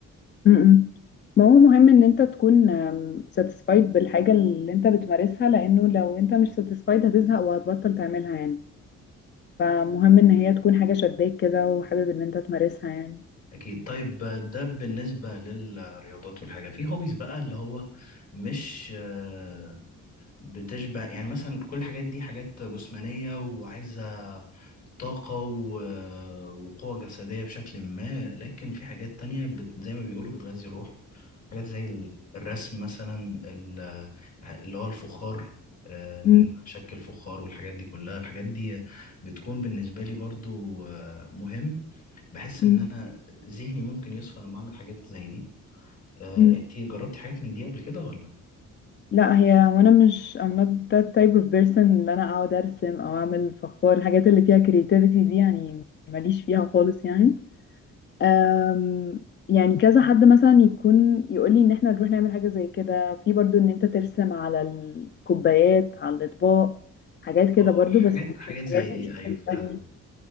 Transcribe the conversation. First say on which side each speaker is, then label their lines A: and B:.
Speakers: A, on the left (about 35°); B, on the left (about 60°).
A: م-م. ما هو مهم ان انت تكون ساتيسفايد بالحاجه اللي انت بتمارسها لانه لو انت مش ساتيسفايد هتزهق وهتبطل تعملها يعني فمهم ان هي تكون حاجه شداك كده وحابب ان انت تمارسها يعني
B: أكيد طيب ده بالنسبة للرياضات والحاجة في هوبيز بقى اللي هو مش آه، بتشبع يعني مثلا كل الحاجات دي حاجات جسمانية وعايزة طاقة و... وقوة جسدية بشكل ما لكن في حاجات تانية بت... زي ما بيقولوا بتغذي الروح حاجات زي ال- الرسم مثلا ال- اللي هو الفخار آه، إن
A: مم.
B: أنا أشكل فخار والحاجات دي كلها الحاجات دي بتكون بالنسبة لي برضو آه، مهم بحس إن
A: مم.
B: أنا ذهني ممكن يصفى لما أعمل حاجات زي دي آه،
A: مم.
B: أنتي جربتي حاجات من دي قبل كده ولا؟
A: لا هي وانا مش I'm not that type of person اللي انا اقعد ارسم او اعمل فخار الحاجات اللي فيها creativity دي يعني ماليش فيها خالص يعني أم يعني كذا حد مثلا يكون يقول لي ان احنا نروح نعمل حاجة زي كده في برضو ان انت ترسم على الكوبايات على الاطباق حاجات كده
B: اه
A: برضو
B: آه، حاجات
A: بس
B: حاجات
A: <laughs>
B: زي
A: الحاجات
B: دي
A: دي
B: أيوه فعلا